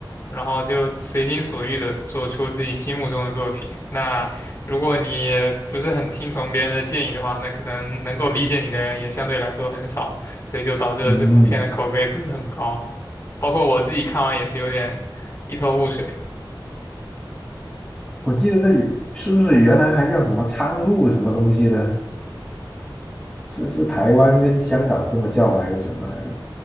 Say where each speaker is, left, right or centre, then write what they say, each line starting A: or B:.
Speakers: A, on the left (about 35°); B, on the left (about 15°).
A: 然后就随心所欲的做出自己心目中的作品。那如果你不是很听从别人的建议的话，那可能能够理解你的人也相对来说很少，所以就导致了这部片的口碑不是很高。
B: 嗯，
A: 包括我自己看完也是有点一头雾水。
B: 我记得这语是不是原来还叫什么苍鹭什么东西的？是是台湾跟香港这么叫吗？还是什么来着？